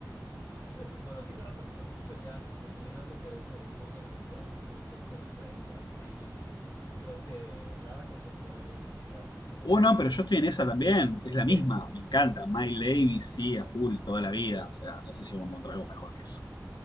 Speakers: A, on the left; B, on the left.
A: Eso es bueno. Tiene rato que no escucho jazz. En realidad me quedé como muy en los clásicos, John Coltrane, Miles Davis. Creo que nada contemporáneo en realidad. Como
B: O
A: que
B: no, pero yo estoy en esa también, es la
A: sí,
B: misma,
A: ah,
B: me encanta. Miles Davis sí, a full, toda la vida. O sea, no sé si voy a encontrar algo mejor que eso.